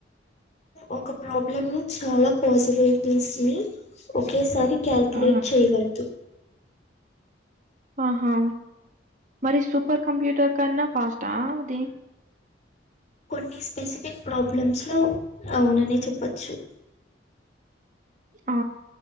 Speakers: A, on the left; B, on the right.
A: ఒక ప్రాబ్లమ్ ని చాలా పాసిబిలిటీస్ ని ఒకేసారి కాల్కుులేేట్
B: ఆ!
A: చేయగలుగుతుంది
B: ఆహా మరి సూపర్ కంప్యూటర్ కన్నా ఫాస్టా అది
A: కొన్ని స్పెసిఫిక్ ప్రాబ్లమ్స్ లో అవుననే చెప్పొచ్చు
B: ఆ